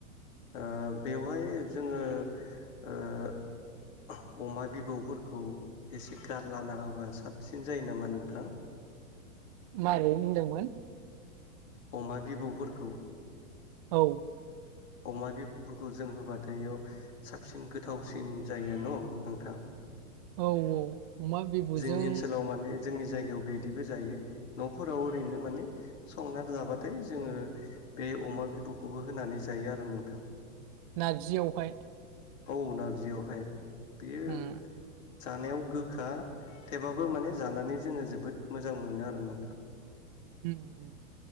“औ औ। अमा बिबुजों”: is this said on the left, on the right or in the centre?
Right